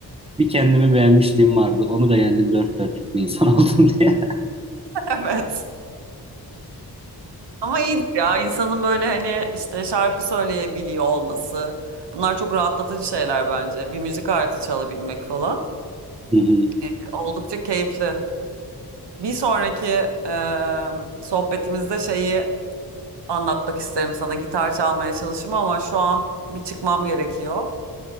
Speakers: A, on the right (about 15°); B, on the right (about 90°).
A: Bir kendimi beğenmişliğim vardı. Onu da yendim dört dörtlük bir insan <laughs> oldum diye.
B: Evet. Ama iyidir ya insanın böyle hani işte şarkı söyleyebiliyor olması. Bunlar çok rahatlatıcı şeyler bence. Bir müzik aleti çalabilmek falan.
A: Hı hı.
B: E, oldukça keyifli. Bir sonraki e, sohbetimizde şeyi anlatmak isterim sana. Gitar çalmaya çalışım ama şu an bir çıkmam gerekiyor.